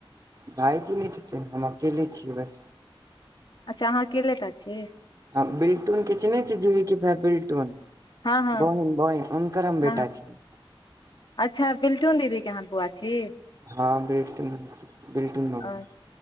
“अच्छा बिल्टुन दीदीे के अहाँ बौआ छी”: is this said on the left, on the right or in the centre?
Left